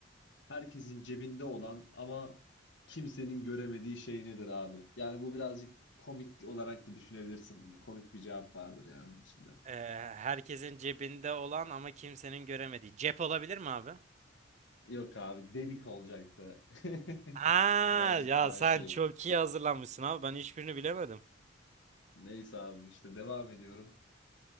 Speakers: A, on the left; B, on the right.
A: herkesin cebinde olan ama kimsenin göremediği şey nedir abi? Yani bu birazcık komik olarak da düşünebilirsin bunu. Komik bir cevap vardır yani bunun içinde.
B: Ee, herkesin cebinde olan ama kimsenin göremediği. Cep olabilir mi abi?
A: Yok abi delik olacaktı. <laughs>
B: Ha
A: Birazcık
B: ya
A: daha
B: sen
A: şey.
B: çok iyi hazırlanmışsın abi. Ben hiçbirini bilemedim.
A: Neyse abi işte devam ediyorum.